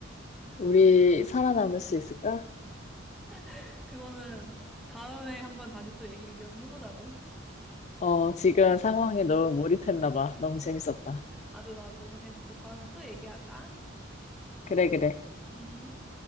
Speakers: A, on the left; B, in the centre.
A: 우리 살아남을 수 있을까?
B: <laughs> 그거는 다음에 한번 다시 또 얘기를 이어서 해보자고.
A: 어, 지금 상황에 너무 몰입했나 봐. 너무 재밌었다.
B: 아주 나도 너무 재밌어서 다음에 또 얘기하자.
A: 그래, 그래.
B: 음,